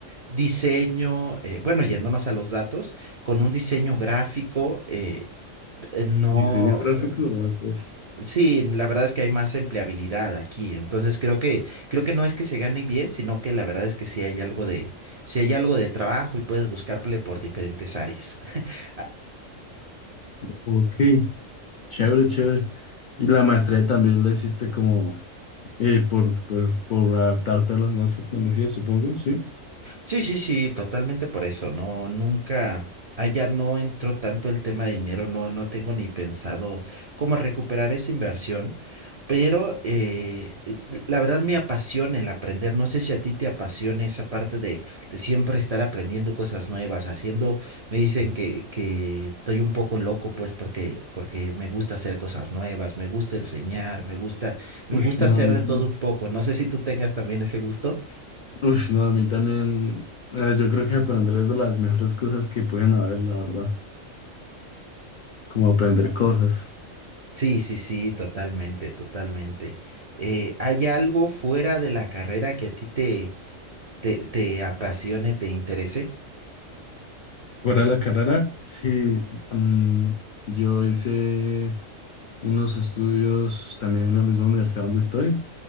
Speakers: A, on the right (about 50°); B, on the left (about 70°).
A: diseño, eh, bueno, yéndonos a los datos, con un diseño gráfico, eh, eh, no,
B: Diseño gráfico, vea pues.
A: sí, la verdad es que hay más empleabilidad aquí, entonces creo que, creo que no es que se gane bien, sino que la verdad es que sí hay algo de, sí hay algo de trabajo y puedes buscarle por diferentes áreas. <laughs>
B: Ok, chévere, chévere. Y la maestría también la hiciste como eh, por, por, por adaptarte a las nuevas tecnologías, supongo, ¿sí?
A: Sí, sí, sí, totalmente por eso. No, nunca, allá no entró tanto el tema de dinero, no, no tengo ni pensado cómo recuperar esa inversión, pero eh, eh, la verdad me apasiona el aprender. No sé si a ti te apasiona esa parte de, de siempre estar aprendiendo cosas nuevas, haciendo, me dicen que, que estoy un poco loco, pues, porque, porque me gusta hacer cosas nuevas, me gusta enseñar, me gusta, me
B: Ush,
A: gusta
B: no,
A: hacer
B: a mí
A: de
B: también.
A: todo un poco. No sé si tú tengas también ese gusto.
B: Ush, no, a mí también. eh, yo creo que aprender es de las mejores cosas que pueden haber, la verdad. Como aprender cosas.
A: Sí, sí, sí, totalmente, totalmente. Eh, ¿hay algo fuera de la carrera que a ti te, te, te apasione, te interese?
B: Fuera de la carrera, sí. mm, yo hice unos estudios también en la misma universidad donde estoy,